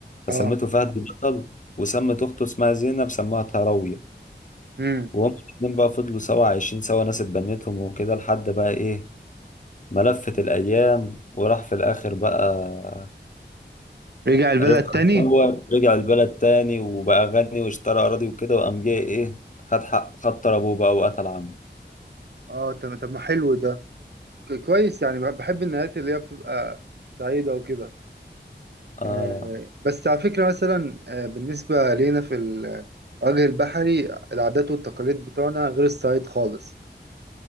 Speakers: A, on the left (about 45°); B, on the right (about 65°).
A: فسمته
B: اه
A: فهد البطل وسمت أخته اسمها زينب سموها تهراوية
B: امم
A: وهم الاتنين بقى فضلوا سوا عايشين سوا ناس اتبنتهم وكده لحد بقى إيه ملفت الأيام وراح في الآخر بقى
B: رجع البلد
A: ربح
B: تاني
A: الأول رجع البلد تاني وبقى غني واشترى أراضي وكده وقام جاي إيه خد حق خد طار أبوه بقى وقتل عمه
B: اه طب طب ما حلو ده ك- كويس يعني بحب النهايات اللي هي بتبقى سعيدة وكده
A: آه
B: آه، بس على فكرة مثلا آه، بالنسبة لينا في الوجه البحري العادات والتقاليد بتوعنا غير الصعيد خالص